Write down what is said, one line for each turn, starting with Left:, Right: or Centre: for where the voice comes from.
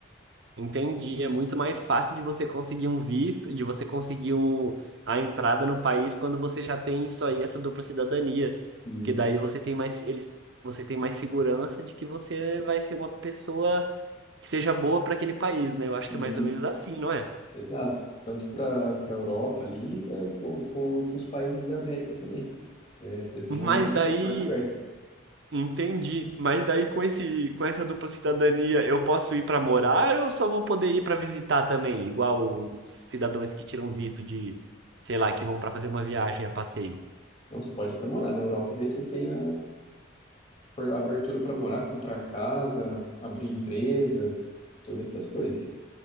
Right: Entendi. É muito mais fácil de você conseguir um visto, de você conseguir um- a entrada no país quando você já tem isso aí, essa dupla cidadania.
Left: Isso,
Right: Porque daí você tem mais, eles, você tem mais segurança de que você vai ser uma pessoa que seja boa para aquele país, né? Eu acho
Left: isso,
Right: que é mais ou menos assim, não é?
Left: exato. Tanto para para Europa ali e para com, com outros países da América também. É, você tem
Right: Mas
Left: um
Right: daí,
Left: porta aberta.
Right: entendi. Mas daí com esse, com essa dupla cidadania, eu posso ir para morar ou eu só vou poder ir para visitar também, igual os cidadãos que tiram visto de, sei lá, que vão para fazer uma viagem a passeio?
Left: Não, você pode ir para morar na Europa, daí você tem a, por- a abertura para morar, comprar casa, abrir empresas, todas essas coisas.